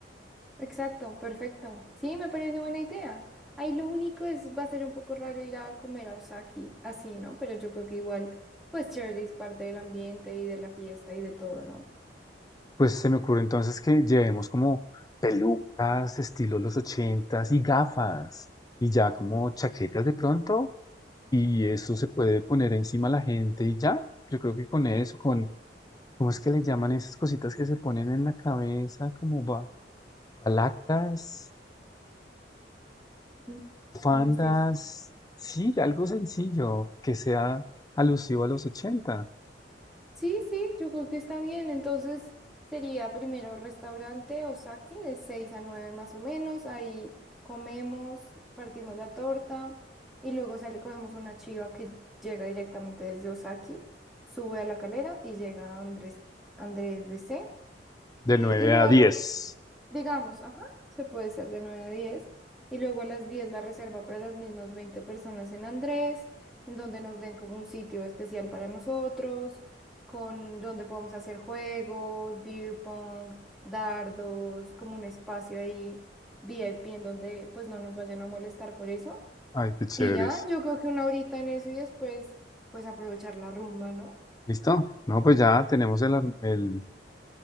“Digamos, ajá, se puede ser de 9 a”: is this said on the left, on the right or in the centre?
Centre